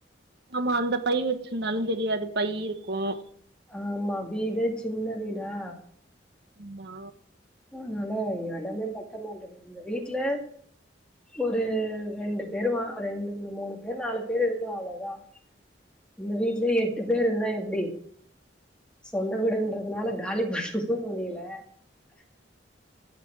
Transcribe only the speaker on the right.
ஆமா அந்த பை வச்சிருந்தாலும் தெரியாது பைய் இருக்கும்
மா